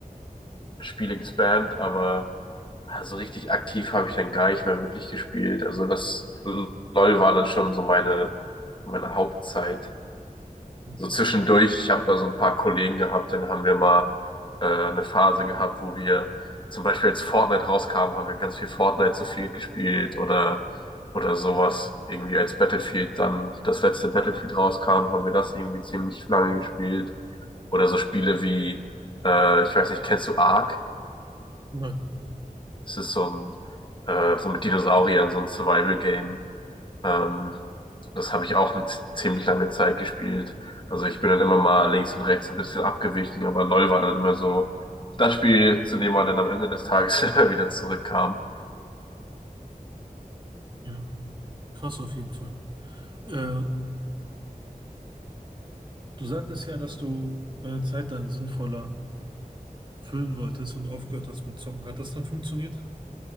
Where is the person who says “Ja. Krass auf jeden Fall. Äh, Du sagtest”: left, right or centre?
Right